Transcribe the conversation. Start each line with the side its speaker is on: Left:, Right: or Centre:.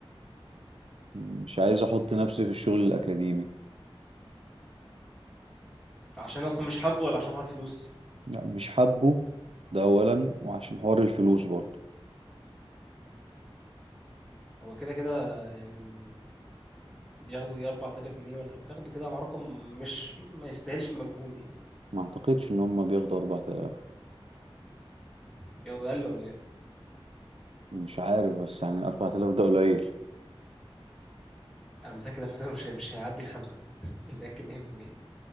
Right: مش عايز احط
Centre: مم.
Right: نفسي في الشغل الاكاديمي
Centre: عشان اصلا مش حابه ولا عشان حوار الفلوس
Right: لا مش حابه ده اولا وعشان حوار الفلوس برضه
Centre: هو كده كده يعني بياخدوا ايه 4000 جنيه ولا بياخدوا كده على رقم مش ما يستاهلش المجهود يعني
Right: ما اعتقدش ان هم بياخدوا 4000
Centre: بياخدوا اقل ولا ايه
Right: مش عارف بس يعني 4000 ده قليل
Centre: انا متاكد دفعتنا مش هي- مش هيعدي الخمسه <laughs> متاكد 100%